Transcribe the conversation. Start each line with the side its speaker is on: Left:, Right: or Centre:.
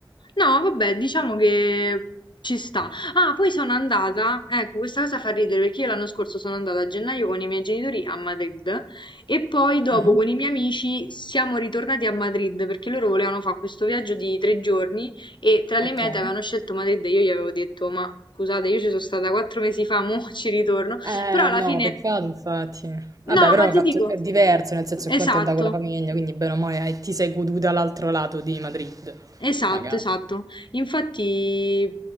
Left: No, vabbè, diciamo che ci sta. Ah, poi sono andata, ecco, questa cosa fa ridere perché io l'anno scorso sono andata a gennaio con i miei genitori a Madrid e poi dopo
Right: Mh-mh.
Left: con i miei amici siamo ritornati a Madrid perché loro volevano fare questo viaggio di tre giorni e tra le
Right: Okay.
Left: mete avevano scelto Madrid e io gli avevo detto, ma scusate, io ci sono stata quattro mesi fa, <laughs> mo ci ritorno.
Right: Eh,
Left: Però alla
Right: no,
Left: fine...
Right: peccato infatti. Vabbè,
Left: No,
Right: però
Left: ma ti
Right: è fatto-
Left: dico...
Right: è diverso, nel senso
Left: Esatto.
Right: che conto è andata con la famiglia, quindi bene o male hai- ti sei goduta l'altro lato di Madrid,
Left: Esatto,
Right: magari.
Left: esatto. Infatti,